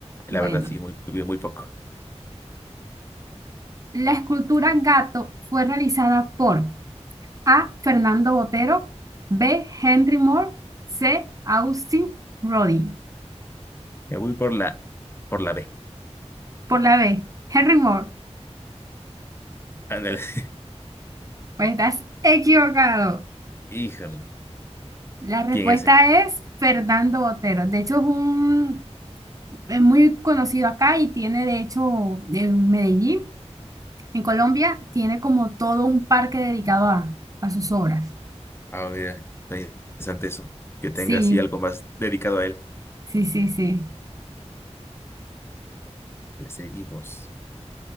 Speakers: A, on the left; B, on the right.
A: La
B: Bueno,
A: verdad, sí, muy, muy, muy poco.
B: la escultura Gato fue realizada por A. Fernando Botero, B. Henry Moore, C. Austin Rodin.
A: Me voy por la, por la B.
B: Por la B, Henry Moore.
A: Ándale. <laughs>
B: Pues estás equivocado.
A: Híjole,
B: La respuesta
A: ¿quién es ese?
B: es Fernando Botero. De hecho, es un, es muy conocido acá y tiene, de hecho, en Medellín, en Colombia, tiene como todo un parque dedicado a, a sus obras.
A: A ver, está interesante eso. Que
B: Sí,
A: tenga así algo más dedicado a él.
B: sí, sí, sí.
A: Le seguimos.